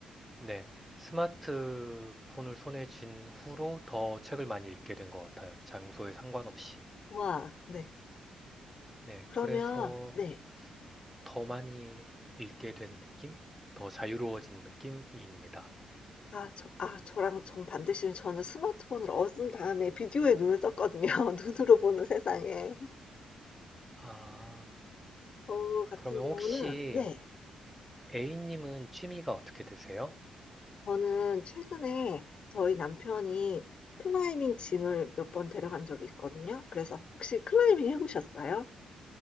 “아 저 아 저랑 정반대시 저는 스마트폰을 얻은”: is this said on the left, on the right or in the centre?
Left